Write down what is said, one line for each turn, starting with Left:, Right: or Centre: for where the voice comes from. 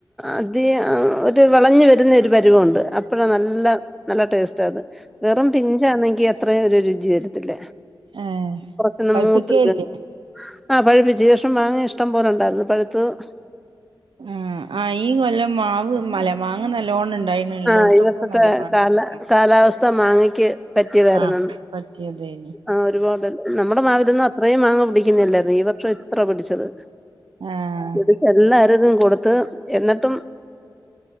Centre: അധികം ഒരു വെളഞ്ഞു വരുന്ന ഒരു പരുവുണ്ട് അ അപ്പഴാ നല്ല നല്ല ടേസ്റ്റത് വെറും പിഞ്ചാണെങ്കി അത്രയൊരു രുചി വരത്തില്ല
Right: ഏഹ്
Centre: പൊറത്ത്ന്ന്
Right: പഴുപ്പിക്കേയില്ലേ
Centre: മൂത്ത് വരും ആഹ് പഴിപ്പിച്ച് ഈ വർഷം മാങ്ങയി ഇഷ്ട്ടം പോലെ ഉണ്ടായിരുന്നു പഴുത്തതും
Right: ഉം ആഹ് ഈ കൊല്ലം മാവ് മല്ല മാങ്ങ നല്ലോണം ഇണ്ടായിണ് ഇള്ളോട്ത്തൊക്കെ
Centre: ആ ഈ വർഷത്തെ
Right: നല്ലോണണ്ടാ
Centre: കാല കാലാവസ്ഥ മാങ്ങയ്ക്ക് പറ്റിയതായിരുന്നെന്ന്
Right: ആഹ് പറ്റിയതേനി
Centre: ആഹ് ഒരുപാട് നമ്മടെ മാവിലൊന്നും അത്രയും മാങ്ങ പിടിയ്ക്കുന്നില്ലായിരുന്നു ഈ വർഷ ഇത്ര പിടിച്ചത്
Right: ആഹ്
Centre: ഒടിച്ച് എല്ലാർക്കും കൊടുത്ത് എന്നിട്ടും